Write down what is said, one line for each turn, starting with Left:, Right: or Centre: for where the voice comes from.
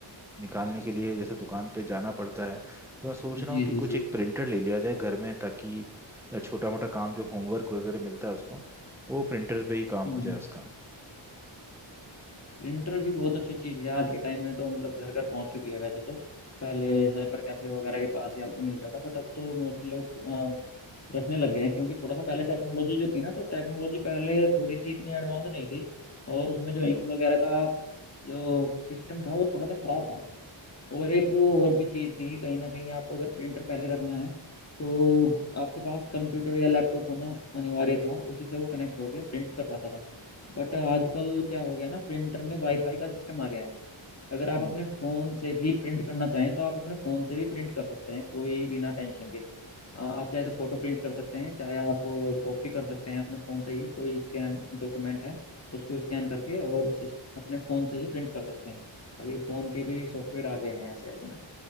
Centre: निकालने के लिए जैसे दुकान पे जाना पड़ता है तो मैं सोच रहा
Left: जी
Centre: हूँ कि
Left: जी
Centre: कुछ
Left: जी
Centre: एक प्रिंटर ले लिया जाए घर में ताकि छोटा मोटा काम जो होमवर्क वगैरह मिलता है उसको वो प्रिंटर पे ही काम
Left: हम्म
Centre: हो जाए
Left: हम्म
Centre: उसका
Left: प्रिंटर भी बहुत अच्छी चीज़ है आज के टाइम में तो मतलब घर घर पहुंच चुकी है वैसे तो पहले साइबर कैफे वगैरह के पास ही आपको मिलता था बट अब तो मोस्टली लोग अ, रखने लग गए हैं क्योंकि थोड़ा सा पहले टेक्नोलॉजी जो थी ना तो टेक्नोलॉजी पहले थोड़ी सी इतनी एडवांस नहीं थी और उसमें जो इंक वगैरह का जो सिस्टम था वो थोड़ा सा खराब था और एक वो और भी चीज़ थी कहीं ना कहीं आपको अगर प्रिंटर पहले रखना है तो आपके पास कंप्यूटर या लैपटॉप होना अनिवार्य था उसी से वो कनेक्ट होके प्रिंट कर पाता था बट आजकल क्या हो गया ना प्रिंटर में वाईफाई का सिस्टम आ गया है अगर आप
Centre: हम्म,
Left: अपने फ़ोन से भी प्रिंट करना चाहें तो आप अपने फ़ोन से भी प्रिंट कर सकते हैं कोई बिना टेंशन के अ, आप चाहे तो फ़ोटो प्रिंट कर सकते हैं चाहे आप कॉपी कर सकते हैं अपने फ़ोन से ही कोई स्कैन डॉक्यूमेंट है उसको स्कैन करके और सिस्ट- अपने फ़ोन से ही प्रिंट कर सकते हैं अभी फ़ोन के भी सॉफ्टवेयर आ गए हैं ऐसे ऐसे ना